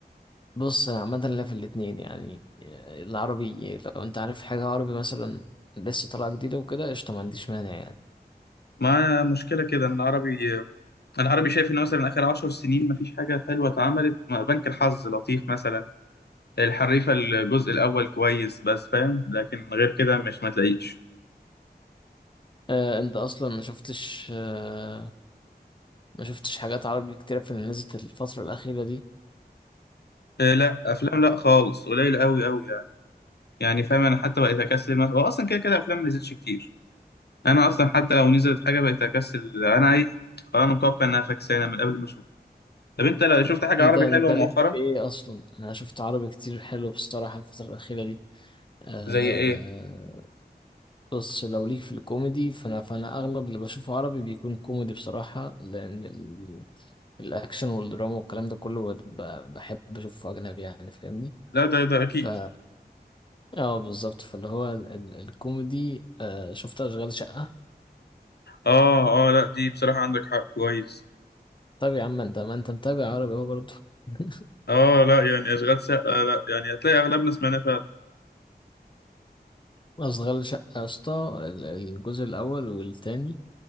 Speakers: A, on the left; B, on the left.
A: بص أنا عامة ليا في الاتنين يعني العربي لو أنت عارف حاجة عربي مثلا لسه طالعة جديدة وكده قشطة ما عنديش مانع يعني
B: ما مشكله كده ان عربي آه، العربي شايف ان مثلا اخر عشر سنين مفيش حاجه حلوه اتعملت ما- بنك الحظ لطيف مثلا الحريفه الجزء الاول كويس بس فاهم لكن غير كده مش ما تلاقيش
A: أه أنت أصلا ما شفتش أه ما شفتش حاجات عربي كتيرة في اللي نزلت الفترة الأخيرة دي
B: آه، لا افلام لا خالص قليل قوي قوي يعني فاهم انا حتى بقيت اكسل هو اصلا كده كده افلام ما نزلتش كتير انا اصلا حتى لو نزلت حاجه بقيت اكسل انا ايه خلاص انا متوقع انها فكسانه من قبل ما اشوفها طب انت لو شفت حاجه
A: انت
B: عربي
A: انت
B: حلوه
A: ليك
B: مؤخرا
A: في ايه اصلا انا شفت عربي كتير حلو بصراحه الفتره الاخيره دي آه
B: زي ايه
A: بص لو ليك في الكوميدي فانا فانا اغلب اللي بشوفه عربي بيكون كوميدي بصراحه لان ال... الاكشن والدراما والكلام ده كله بت- ب- بحب اشوفه اجنبي يعني فاهمني
B: لا ده ده اكيد
A: ف اه بالظبط فاللي هو ال... ال... الكوميدي آه شفت اشغال شقه
B: اه اه لا دي بصراحه عندك حق كويس
A: طب يا عم انت ما انت متابع عربي اهو برضه <laughs>
B: اه لا يعني اشغال شقه لا يعني هتلاقي اغلبنا سمعناه فعلا
A: اشغال شقه يا اسطى ال- الجزء الاول والتاني